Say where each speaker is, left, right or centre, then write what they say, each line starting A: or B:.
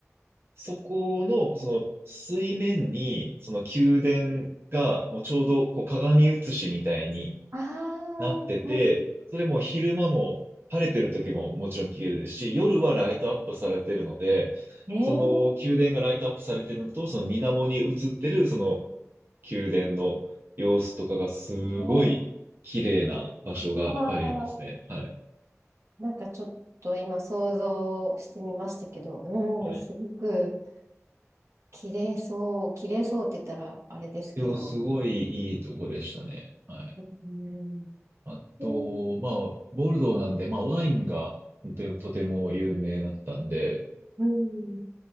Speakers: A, on the right; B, on the right.
A: そこの、その水面に、その宮殿が、もうちょうどこう鏡写しみたいに
B: ああ
A: なってて、
B: ー、は
A: それも昼間も晴れてる時ももちろん綺麗ですし、夜はライトアップされてるので、
B: い。えー、
A: その宮殿がライトアップされてるのと、その水面に映ってるその宮殿の様子とかがすごい綺麗な場所がありますね。
B: はい。ああ、
A: はい。
B: なんかちょっと今想像してみましたけど、うん、
A: はい。
B: すごく綺麗そう、綺麗そうって言ったらあれですけど、
A: いや、すごいいいとこでしたね。はい。
B: うん、
A: あと、
B: え
A: まあ、ボルドーなんで、まあ、ワインがととても有名だったんで、
B: うん、うん、